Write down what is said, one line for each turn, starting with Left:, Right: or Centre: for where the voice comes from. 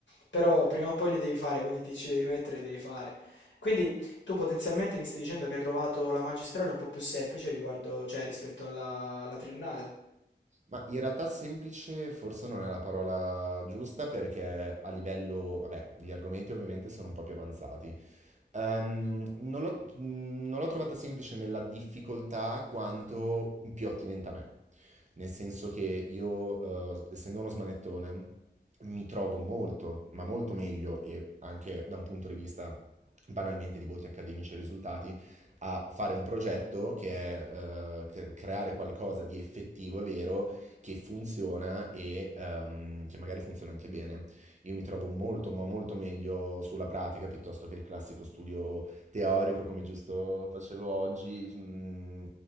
Left: Però prima o poi li devi fare, quindi ti ci devi mettere, li devi fare. Quindi tu potenzialmente mi stai dicendo che hai trovato la magistrale un po' più semplice riguardo, cioè rispetto alla, alla triennale.
Right: Ma in realtà semplice forse non è la parola giusta perché a livello, vabbè, gli argomenti ovviamente sono un po' più avanzati, Ehm, non l'ho non l'ho trovata semplice nella difficoltà quanto più attinente a me, nel senso che io, eh, essendo uno smanettone, mi trovo molto, ma molto meglio e anche da un punto di vista banalmente di voti accademici e risultati, a fare un progetto che è eh, cre- creare qualcosa di effettivo e vero che funziona e ehm, che magari funziona anche bene io mi trovo molto, ma molto meglio sulla pratica piuttosto che il classico studio teorico come giusto facevo oggi. Mm,